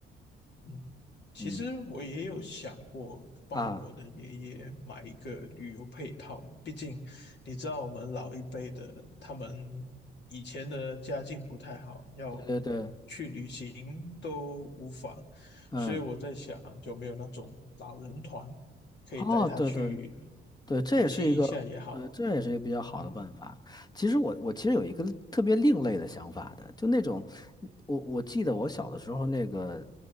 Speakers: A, on the left (about 60°); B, on the left (about 20°).
A: 嗯，其实我也有想过帮我的爷爷买一个旅游配套，
B: 嗯啊，
A: 毕竟你知道我们老一辈的，他们以前的家境不太好，要
B: 对对对，
A: 去旅行都无法，
B: 嗯，
A: 所以我在想有没有那种老人团可以带他去
B: 哦，对对。对，这也是一个，
A: 旅行一下也好啊。
B: 对，这也是一个比较好的办法。
A: 嗯。
B: 其实我我其实有一个特别另类的想法的，就那种，我我记得我小的时候那个